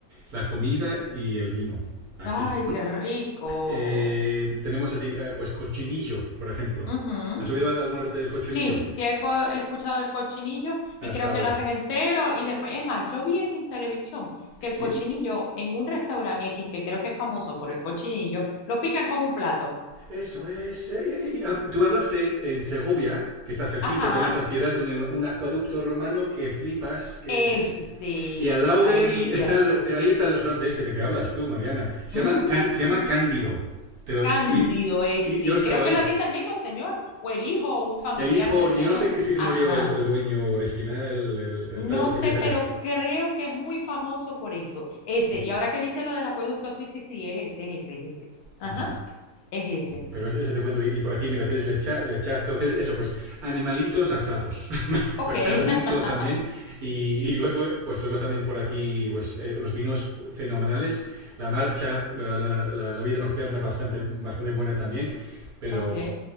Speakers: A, on the right; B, on the left.
A: la comida y el vino aquí.
B: Ay, qué rico.
A: Eh, tenemos así, eh, pues cochinillo, por ejemplo.
B: Ujú.
A: ¿Has oído alguna vez del cochinillo?
B: Sí, sí he co-
A: S-
B: he escuchado el cochinillo y
A: Asao.
B: creo que lo hacen entero y después, es más, yo vi en, en televisión que el
A: ¿Sí?
B: cochinillo en un restaurante X, que creo que es famoso por el cochinillo, lo pican con un plato.
A: Eso es. eh, eh, tú hablaste en Segovia, que está cerquita,
B: Ajá,
A: también otra ciudad donde hay un acueducto romano que flipas. que
B: ese
A: eh, Y
B: es
A: al lado
B: ahí,
A: de ahí
B: cierto.
A: está el, eh, ahí está el restaurante este de que hablas tú, Mariana. Se
B: Mm,
A: llama, Can- se llama Cándido. Te lo-
B: cándido
A: y,
B: ese.
A: sí, yo
B: Y
A: he estado
B: Creo
A: ahí.
B: que lo atiende el mismo señor o el hijo o un familiar
A: El hijo,
B: del señor.
A: yo no sé si se
B: Ajá.
A: murió el, el dueño original, el, el
B: No
A: tal, el propietario.
B: sé, pero creo que es muy famoso por eso. Ese.
A: Mm.
B: Y ahora que dices lo del acueducto, sí, sí, sí, es ese, es ese, es ese. Ajá,
A: mm.
B: es ese.
A: Pero ese te cuento. Y por aquí, mira, hacéis lecha, lechazo, hacéis eso, pues animalitos asados, <laughs> más
B: Ok,
A: cabrito
B: <laughs>
A: también. Y, y, luego, pues luego también por aquí, pues eh, los vinos fenomenales, la marcha, la, la, la, vida nocturna bastante, bastante buena también. Pero,
B: ok.